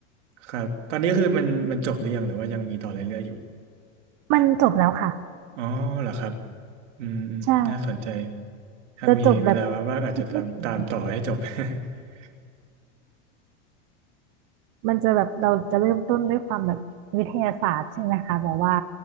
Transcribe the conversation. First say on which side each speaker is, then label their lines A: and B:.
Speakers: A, on the right; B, on the right.
A: ครับตอนนี้คือมันมันจบหรือยังหรือว่ายังมีต่อเรื่อยๆอยู่
B: มันจบแล้วค่ะ
A: อ๋อเหรอครับ อืมอืมน่าสนใจ
B: ใช่
A: ถ้ามีเวลาว่างๆอาจจะตามตามต่อให้จบ
B: จะจบแบบคิดไม่ถึง
A: <laughs>
B: มันจะแบบเราจะเริ่มต้นด้วยความแบบวิทยาศาสตร์ใช่ไหมคะแบบว่า